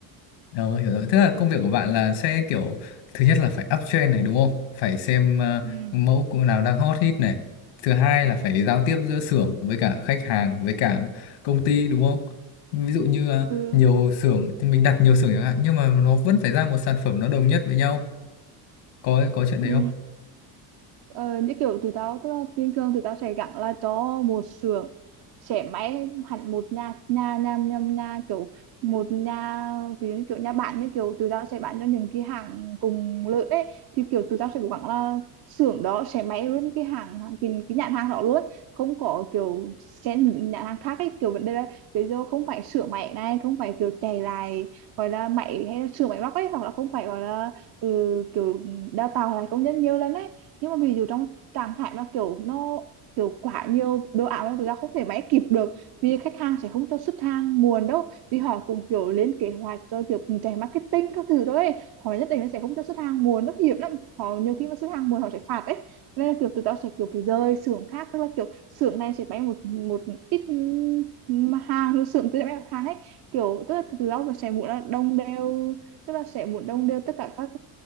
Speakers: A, on the left; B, on the right.
A: Ờ, hiểu rồi. Tức là công việc của bạn là sẽ kiểu thứ nhất là phải uptrend này đúng không? Phải xem ờ,
B: ừ
A: mẫu cô nào đang hot hit này. Thứ hai là phải giao tiếp giữa xưởng với cả khách hàng với cả công ty đúng không? Ví dụ như ờ,
B: ừ
A: nhiều xưởng thì mình đặt nhiều xưởng chẳng hạn nhưng mà nó vẫn phải ra một sản phẩm nó đồng nhất với nhau. Có có chuyện
B: ừ
A: đấy không?
B: Ờ, như kiểu tụi tao tức là bình thường tụi tao sẽ gắn là cho một xưởng sẽ máy hẳn một nhà nhà nhà nhà, nhà kiểu một nhà ví dụ như kiểu nhà bạn như kiểu tụi tao sẽ bán cho những cái hàng cùng lợi ấy thì kiểu tụi tao sẽ gắn là xưởng đó sẽ máy luôn cái hàng cái, cái nhãn hàng đó luôn không có kiểu xen những nhãn hàng khác ấy kiểu vấn đề là ví dụ không phải sửa máy này không phải kiểu chạy lại gọi là máy hay là sửa máy móc ấy hoặc là không phải gọi là ừ, kiểu đào tạo lại công nhân nhiều lần ấy nhưng mà ví dụ trong trạng thái mà kiểu nó kiểu quá nhiều đồ ảo mà thực ra không thể máy kịp được vì khách hàng sẽ không cho xuất hàng muộn đâu vì họ cũng kiểu lên kế hoạch rồi kiểu cùng chạy marketing các thứ thôi họ nhất định nó sẽ không cho xuất hàng muộn nó hiểm lắm họ nhiều khi mà xuất hàng muộn họ sẽ phạt ấy nên là kiểu tụi tao sẽ kiểu phải rời xưởng khác tức là kiểu xưởng này sẽ bán một một ít mà hàng rồi xưởng kia sẽ bán hàng ấy kiểu tức là tụi tao sẽ muốn là đông đều tức là sẽ muốn đồng đều tất cả các